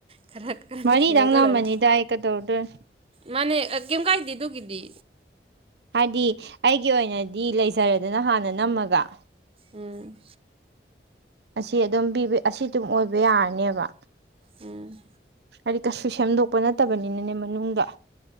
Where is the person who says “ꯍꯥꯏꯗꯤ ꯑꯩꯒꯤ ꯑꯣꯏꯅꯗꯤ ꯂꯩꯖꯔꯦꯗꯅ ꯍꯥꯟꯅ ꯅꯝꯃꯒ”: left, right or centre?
Right